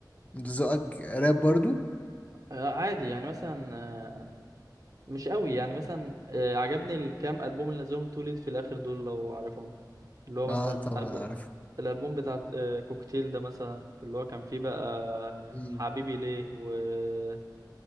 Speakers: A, on the left; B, on the right.
A: انت ذوقك راب برضو
B: آه، عادي يعني مثلا آه، مش قوي يعني مثلا آه، عجبني الكام ألبوم اللي نزلهم توليت في الآخر دول لو عارفهم اللي هو
A: اه
B: مثلا
A: طبعا
B: ألب...
A: عارف
B: الألبوم بتاع آه، كوكتيل ده مثلا اللي هو كان فيه بقى
A: مم.
B: حبيبي ليه وأنا